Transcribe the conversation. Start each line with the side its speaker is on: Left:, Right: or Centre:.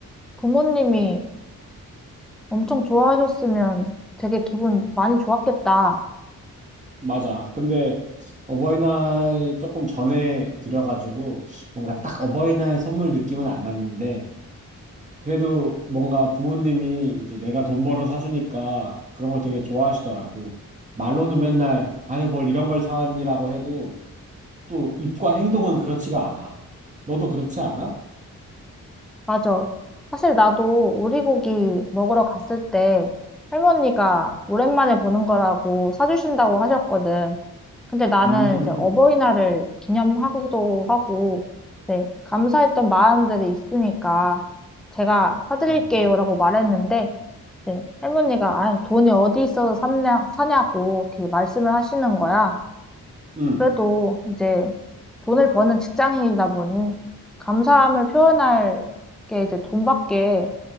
Centre: 부모님이 엄청 좋아하셨으면 되게 기분 많이 좋았겠다.
Right: 맞아. 근데 어버이날 조금 전에 드려가지고 뭔가 딱 어버이날 선물 느낌은 안 났는데 그래도 뭔가 부모님이 이제 내가 돈 벌어 사주니까 그런 걸 되게 좋아하시더라고. 말로는 맨날 아유 뭘 이런 걸 사왔니라고 해도 또 입과 행동은 그렇지가 않아. 너도 그렇지 않아?
Centre: 맞아. 사실 나도 오리고기 먹으러 갔을 때 할머니가 오랜만에 보는 거라고 사주신다고 하셨거든. 근데 나는
Right: 음,
Centre: 이제 어버이날을 기념하기도 하고, 네, 감사했던 마음들이 있으니까 제가 사드릴게요라고
Right: 음,
Centre: 말했는데, 네, 할머니가 아, 돈이 어디 있어서 샀냐, 사냐고 이렇게 말씀을 하시는 거야.
Right: 음.
Centre: 그래도 이제 돈을 버는 직장인이다 보니 감사함을 표현할 게 이제 돈밖에